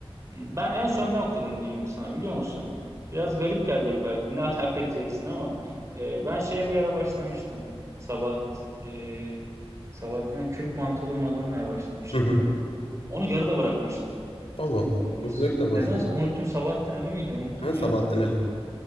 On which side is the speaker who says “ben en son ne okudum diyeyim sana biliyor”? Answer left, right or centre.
Right